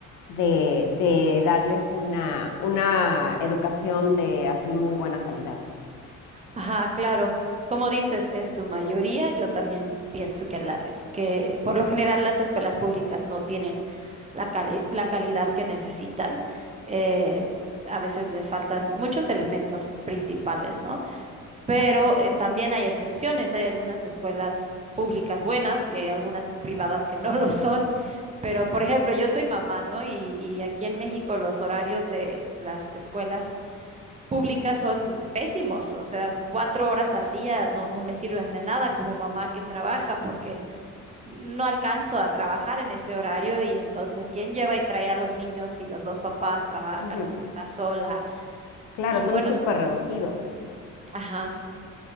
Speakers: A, on the left; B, on the right.
A: de, de darles una, una educación de así muy buena calidad.
B: Ajá, claro. Como dices, en su mayoría, yo también pienso que, la, que por lo general las escuelas públicas no tienen la, cali- la calidad que necesitan. Eh, a veces les faltan muchos elementos principales, ¿no? Pero eh, también hay excepciones. Hay algunas escuelas públicas buenas y hay algunas privadas que no <laughs> lo son. Pero, por ejemplo, yo soy mamá, ¿no? Y, y aquí en México los horarios de las escuelas públicas son pésimos, o sea, cuatro horas al día no, no me sirven de nada como mamá que trabaja porque no alcanzo a trabajar en ese horario y entonces, ¿quién lleva y trae a los niños si los dos papás trabajan
A: Ujú.
B: o si está sola?
A: Claro,
B: Y
A: son
B: bueno,
A: súper
B: s-
A: reducidos.
B: ajá,